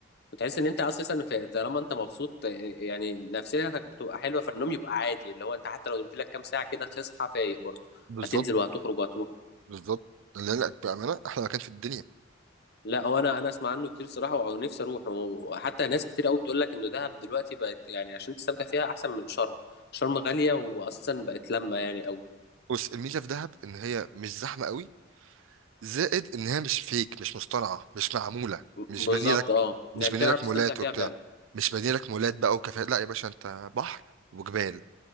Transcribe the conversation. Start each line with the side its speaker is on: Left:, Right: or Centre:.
Left: وتحس ان انت اساسا في طالما انت مبسوط يعني نفسيتك بتبقى حلوه فالنوم يبقى عادي اللي هو انت حتى لو نمت لك كام ساعه كده هتصحى فايق برضه
Right: بالظبط
Left: هتنزل وهتخرج وهتروح
Right: بالظبط اللي قالك بأمانة أحلى مكان في الدنيا
Left: لا وانا انا اسمع عنه كتير صراحه ونفسي اروح وحتى ناس كتير قوي بتقول لك انه دهب دلوقتي بقت يعني عشان تستمتع فيها احسن من شرم شرم غاليه واساسا بقت لما يعني او
Right: بص الميزة في دهب إن هي مش زحمة قوي زائد إن هي مش فيك مش مصطنعة مش معمولة مش
Left: بالظبط
Right: بانية لك
Left: اه
Right: مش
Left: يعني
Right: بانية
Left: تعرف
Right: لك
Left: تستمتع
Right: مولات
Left: فيها
Right: وبتاع
Left: فعلا
Right: مش بانية لك مولات بقى وكافيهات لا يا باشا أنت بحر وجبال